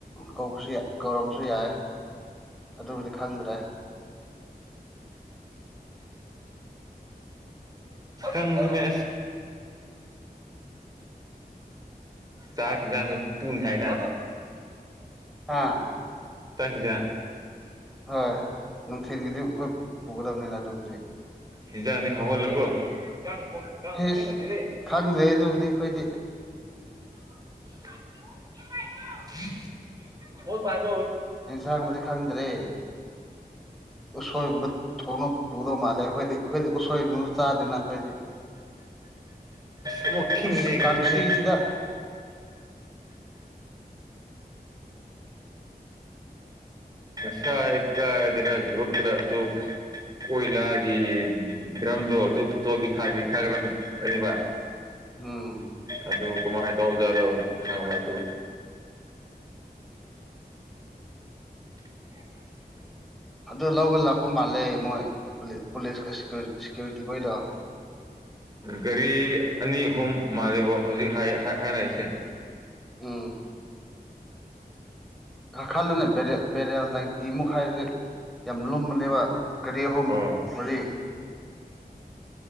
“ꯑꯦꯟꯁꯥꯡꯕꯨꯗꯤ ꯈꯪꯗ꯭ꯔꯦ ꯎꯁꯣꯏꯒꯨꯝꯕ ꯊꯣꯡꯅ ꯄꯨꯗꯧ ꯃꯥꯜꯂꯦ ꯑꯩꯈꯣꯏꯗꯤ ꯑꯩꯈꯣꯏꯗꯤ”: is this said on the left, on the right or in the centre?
Centre